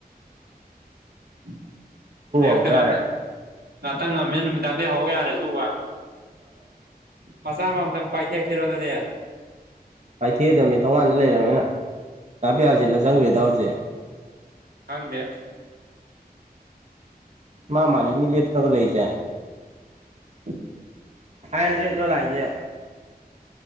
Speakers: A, on the right; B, on the right.
A: <unintelligible> ꯑꯌꯨꯛꯇ
B: ꯍꯧꯕ ꯌꯥꯔꯦ
A: ꯉꯥꯛꯇꯪ ꯉꯥꯛꯇꯪ ꯉꯝꯃꯦ ꯅꯨꯃꯤꯗꯥꯡꯗꯒꯤ ꯍꯧ ꯌꯥꯔꯦ ꯁꯨꯕ ꯃꯁꯥ ꯑꯃꯝꯃꯇꯥ ꯄꯥꯏꯊꯦꯛꯁꯤꯔꯣ ꯑꯗꯨꯗꯤ
B: ꯄꯥꯏꯊꯦꯛꯑꯗꯕꯅꯤ ꯊꯣꯡꯉꯥꯟꯗ ꯂꯩꯔꯝꯃꯤꯅ ꯀꯥ ꯄꯤꯌꯥꯆꯤꯠꯂ ꯆꯪꯈ꯭ꯔꯤꯗꯣ ꯍꯧꯖꯤꯛ
A: ꯍꯪꯗꯦ
B: ꯃꯥ ꯃꯥꯂꯤꯛꯅꯤ ꯂꯦꯞꯇ꯭ꯔꯒ ꯂꯩꯖꯦ
A: ꯎ
B: ꯐꯥꯏꯟ ꯔꯠꯂꯣ ꯂꯥꯛꯖꯦ